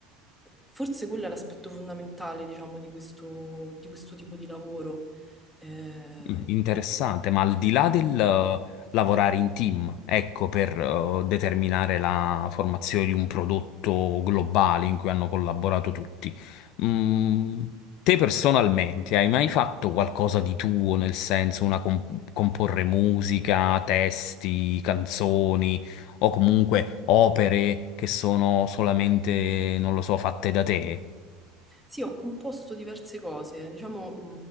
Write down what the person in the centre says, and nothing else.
eh, forse quello è l'aspetto fondamentale, diciamo, di questo, di questo tipo di lavoro. Eh,
Sì, ho composto diverse cose. Diciamo,